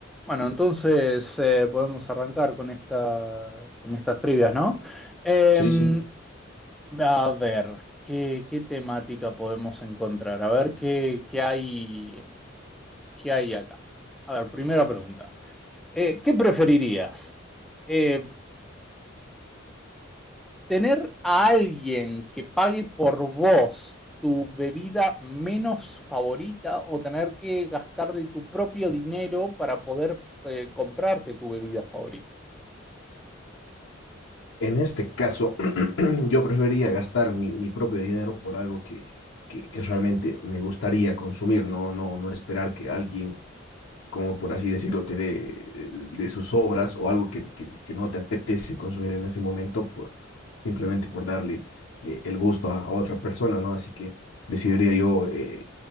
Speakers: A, in the centre; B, on the left.
A: Bueno, entonces eh, podemos arrancar con esta, con estas trivias, ¿no? Em,
B: Sí, sí.
A: a ver, ¿qué, qué temática podemos encontrar? A ver qué, qué hay, qué hay acá. A ver, primera pregunta. Eh, ¿qué preferirías? Eh, ¿tener a alguien que pague por vos tu bebida menos favorita o tener que gastar de tu propio dinero para poder eh, comprarte tu bebida favorita?
B: En este caso, <clears throat> yo preferiría gastar mi, mi propio dinero por algo que, que, que realmente me gustaría consumir, ¿no? No, no esperar que alguien, como por así decirlo, te dé eh, de sus obras o algo que, que, que no te apetece consumir en ese momento por simplemente por darle eh, el gusto a, a otra persona, ¿no? Así que decidiría yo eh,